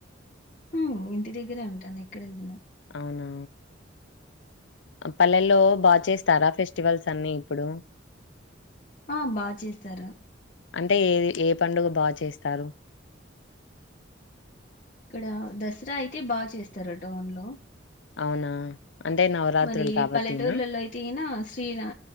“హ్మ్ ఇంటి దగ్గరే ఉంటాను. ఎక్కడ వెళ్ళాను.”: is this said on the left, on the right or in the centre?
Left